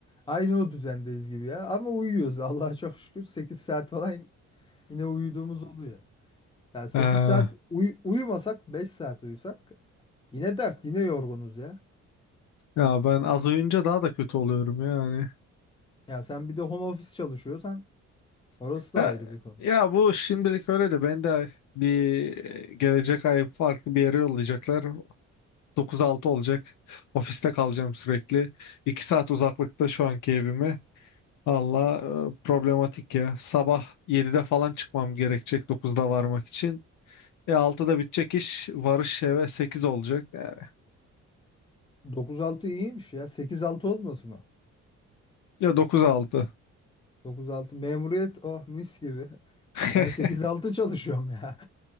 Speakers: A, on the left (about 15°); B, on the left (about 75°).
A: Aynı o düzendeyiz gibi ya. Ama uyuyoruz Allah'a çok şükür. sekiz saat falan yine uyuduğumuz oluyor. Yani sekiz
B: Ee,
A: saat uy- uyumasak 5 saat uyusak yine dert yine yorgunuz ya.
B: ya ben az uyuyunca daha da kötü oluyorum yani.
A: Ya sen bir de home office çalışıyorsan orası da
B: Ya,
A: ayrı bir konu.
B: ya bu şimdilik öyle de ben de bir gelecek ay farklı bir yere yollayacaklar. Dokuz altı olacak. Ofiste kalacağım sürekli. 2 saat uzaklıkta şu anki evime. Allah e, problematik ya. Sabah 7'de falan çıkmam gerekecek dokuzda varmak için. E 6'da bitecek iş. Varış eve 8 olacak. Yani,
A: Dokuz altı iyiymiş ya. sekiz altı olmasın o.
B: ya dokuz altı.
A: dokuz altı memuriyet oh mis gibi.
B: <laughs>
A: Ben sekiz altı çalışıyorum ya.